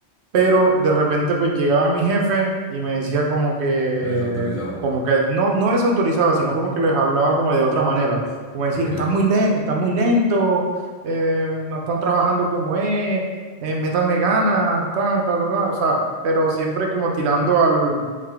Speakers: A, on the right (about 75°); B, on the left (about 40°).
A: pero de repente pues llegaba mi jefe y me decía como que,
B: Se desautorizaba,
A: como que, no, no desautorizaba, sino como que les hablaba como de otra manera, como decir,
B: ¿ok?
A: están muy, le están muy lento, eh, no están trabajando como es, eh, métanle ganas, ta, ta, ta, ta, o sea, pero siempre como tirando al,